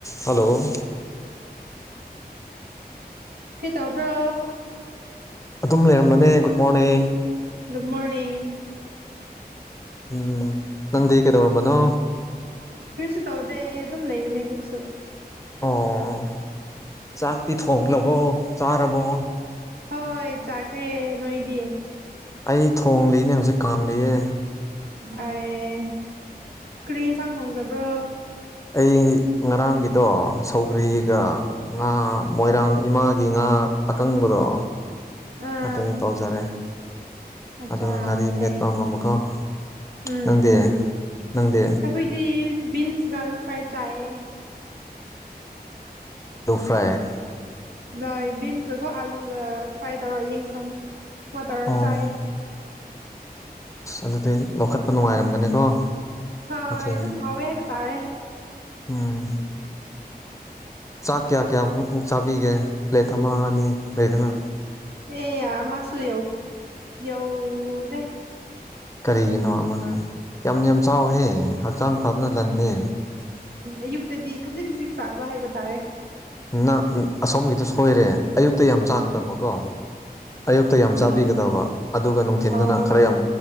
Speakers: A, on the left; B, on the right.
A: hello
B: ꯀꯈꯤ ꯇꯕ꯭ꯔꯣ
A: ꯑꯗꯨꯝ ꯂꯩꯔꯝꯕꯅꯦ ꯒꯨꯗ ꯃꯣꯔꯅꯤꯡ
B: ꯒꯨꯗ ꯃꯣꯔꯅꯤꯡ
A: ꯎꯝ ꯅꯪꯗꯤ ꯀꯩꯗꯧꯔꯝꯕꯅꯣ
B: ꯀꯨꯔꯤꯁꯨ ꯇꯧꯗꯦ ꯑꯗꯨꯝ ꯂꯩꯕꯅꯦ ꯀꯨꯣꯏꯁꯨ
A: ꯑꯣ ꯆꯥꯛꯇꯤ ꯊꯣꯡꯂꯕꯣ ꯆꯥꯔꯕꯣ
B: ꯍꯣꯏ ꯆꯥꯈꯦꯦ ꯅꯣꯏꯗꯤꯌꯦ
A: ꯑꯩ ꯊꯣꯡ ꯂꯤꯅꯦ ꯍꯧꯖꯤꯛ ꯀꯥꯝꯂꯤꯌꯦ
B: ꯑꯦ ꯀ꯭ꯔꯤ ꯏꯟꯁꯥꯡ ꯊꯣꯡꯖꯕ꯭ꯔꯣ
A: ꯑꯩ ꯉꯔꯥꯡꯒꯤꯗꯣ ꯁꯧꯒ꯭ꯔꯤꯒ ꯉꯥ ꯃꯣꯏꯔꯥꯡ ꯏꯃꯥꯒꯤ ꯉꯥ ꯑꯀꯪꯕꯗꯣ
B: ꯑꯥ
A: ꯑꯗꯨ ꯇꯧꯖꯔꯦ
B: ꯑꯠꯆꯥ
A: ꯑꯗꯨꯒ ꯉꯥꯔꯤ
B: ꯐꯩꯌꯦ
A: ꯃꯦꯠꯄꯝꯕ
B: ꯐꯩ
A: ꯑꯃꯨꯛꯀꯣ
B: ꯎꯝ
A: ꯅꯪꯗꯦ
B: ꯎꯝ
A: ꯅꯪꯗꯦ
B: ꯑꯩꯈꯣꯏꯗꯤ ꯕꯤꯟꯁ ꯒꯥꯂꯣ ꯐ꯭ꯔꯥꯏ ꯆꯥꯦ
A: ꯗ ꯐ꯭ꯔꯥꯏ
B: ꯂꯣꯏ ꯕꯤꯟꯁꯀꯒꯣ ꯑꯥꯂꯨꯒ ꯐ꯭ꯔꯥꯏ ꯇꯧꯔ ꯌꯦꯡꯁꯪ ꯀꯨꯝꯃ ꯇꯧꯔ
A: ꯑꯣ
B: ꯆꯥꯏꯌꯦ
A: ꯑꯁ ꯑꯗꯨꯗꯤ ꯂꯧꯈꯠꯄ ꯅꯨꯡꯉꯥꯏꯔꯝꯒꯅꯤꯀꯣ
B: ꯍꯣꯏ
A: ꯃꯊꯦꯜ
B: ꯑꯗꯨꯝ ꯍꯥꯎꯋꯦ ꯍꯥꯏꯕ ꯇꯥꯔꯦ
A: ꯎꯝ ꯆꯥꯛ ꯀꯌꯥ ꯀꯌꯥꯃꯃꯨꯛ ꯆꯥꯕꯤꯒꯦ ꯄ꯭ꯂꯦꯠ ꯑꯃ ꯑꯅꯤ ꯂꯩꯗꯅ
B: ꯑꯦ ꯃꯥꯁꯨ ꯌꯥꯎ ꯌꯎꯅꯦ
A: ꯀꯔꯤꯒꯤꯅꯣ ꯑꯃꯅ ꯌꯥꯝ ꯌꯥꯝ ꯆꯥꯎꯍꯦ ꯍꯛꯆꯥꯡ ꯐꯕꯅ ꯂꯟꯅꯦ
B: ꯑꯌꯨꯛꯇꯗꯤ ꯈꯖꯤꯛ ꯈꯖꯤꯛ ꯆꯥꯕ ꯍꯥꯏꯕ ꯇꯥꯔꯦ
A: ꯅꯪ ꯑꯁꯣꯝꯒꯤꯗꯣ ꯁꯣꯏꯔꯦ ꯑꯌꯨꯛꯇ ꯌꯥꯝ ꯆꯥꯒꯗꯕꯀꯣ ꯑꯌꯨꯛꯇ ꯌꯥꯝ
B: ꯑꯗꯨꯝ
A: ꯆꯥꯕꯤꯒꯗꯕ ꯑꯗꯨꯒ ꯅꯨꯡꯊꯤꯟꯗꯨꯅ
B: ꯑꯣ
A: ꯈꯔ ꯌꯥꯝ